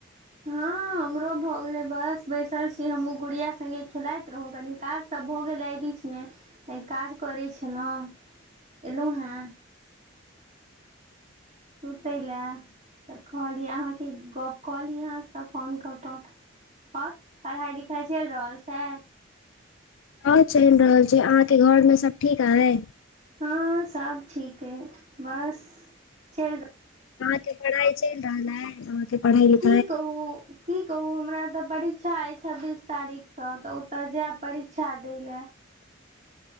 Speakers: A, on the right; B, on the left.
A: हँ हमरो भऽ गेलइ बस बैसल छी हमहुँ गुड़िया संगे खेलाइत रहौं कनी काज सब भऽ गेल अइ बीच मे काज करै छलौं एलौं हेँ सुतैला तऽ कहलियै अहाँकेँ गप्प कऽ ली अहाँसँ फोन कऽ कऽ ओर पढ़ाई लिखाई चलि रहल छै
B: हं चलि रहल छय अहाँके घरमें सब ठीक है
A: हँ सब ठीके है चएल
B: अहा के पढ़ाई चइल रहल है अहं के पढ़ाई लिख
A: की कहू की कहू हमरा तऽ परीक्षा अछि छब्बीस तारीखसँ तऽ ओतय जायब परीक्षा दइ लए